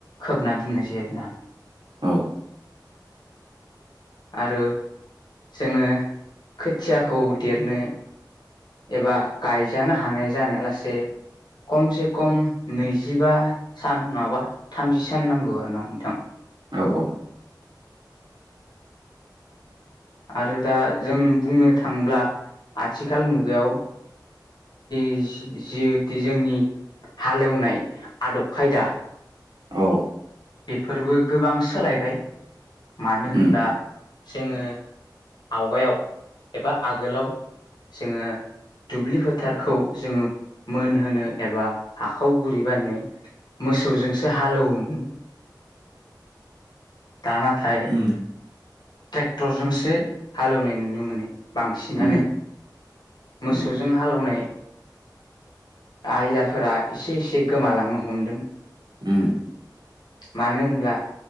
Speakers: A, on the left; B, on the right.
A: खोबना दोननाय जायो आरोना।
B: औ
A: आरो जोङो खोथियाखौ देरनो एबा गायजानो हानाय जानायालासे कमसे कम नैजिबा सान नङाबा थामजि सान नांगौ आरो ना नोंथां।
B: औ औ
A: आरो दा जों बुंनो थांब्ला आथिखाल मुगायाव जि <unintelligible> जोंनि हालेवनाय आदब खायदा
B: औ।
A: बेफोरबो गोबां सोलायबाय मानो
B: उम
A: होनबा जोङो आवगायाव एबा आगोलाव जोङो दुब्लि फोथारखौ जोङो मोनहोनो एबा हाखौ गुरै बानायनो मोसौजोंसो हालौवोमो <inaudible> दा नाथाय
B: उम
A: ट्रेक्टरजोंसो हालेवनाय नुनो मोनो। बांसिनानो
B: उम
A: मोसौजों
B: उम
A: हालोवनाय आयदाफोरा इसे इसे गोमालांनो हमदों।
B: उम
A: मानो होनब्ला